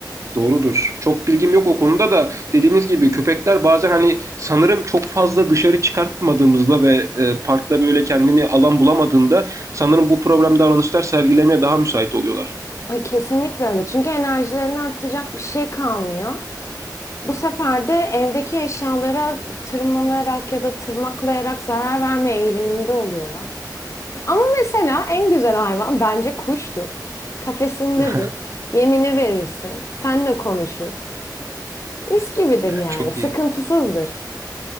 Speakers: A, on the right; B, on the left.
A: doğrudur. Çok bilgim yok o konuda da dediğiniz gibi köpekler bazen hani sanırım çok fazla dışarı çıkartmadığımızda ve e, parkta böyle kendini alan bulamadığında sanırım bu problem davranışlar sergilemeye daha müsait oluyorlar.
B: Ay, kesinlikle öyle. Çünkü enerjilerini atacak bir şey kalmıyor. Bu sefer de evdeki eşyalara tırmanarak ya da tırmaklayarak zarar verme eğiliminde oluyorlar. Ama mesela en güzel hayvan bence kuştur. Kafesindedir.
A: <laughs>
B: Yemini verirsin. Seninle konuşur. Mis gibidir
A: Ya
B: yani.
A: çok
B: Sıkıntısızdır.
A: iyi.